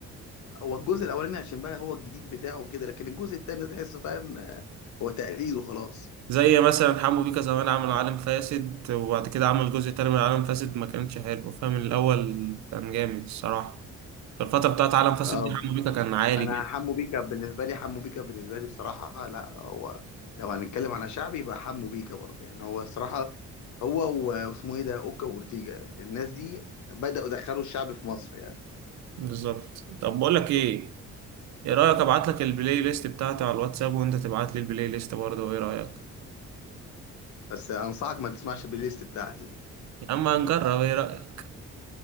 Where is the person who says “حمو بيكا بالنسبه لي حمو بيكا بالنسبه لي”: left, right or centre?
Left